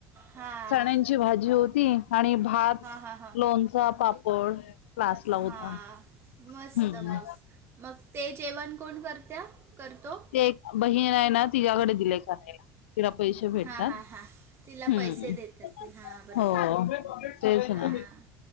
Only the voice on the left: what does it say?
चण्यांची भाजी होती. आणि भात
लोणचा पापड. क्लासला होता
हम्म
ते एक बहीण आहे. ना तिच्याकडे दिलेय करला तिला पैसे भेटतात
ह्
हो च
ना.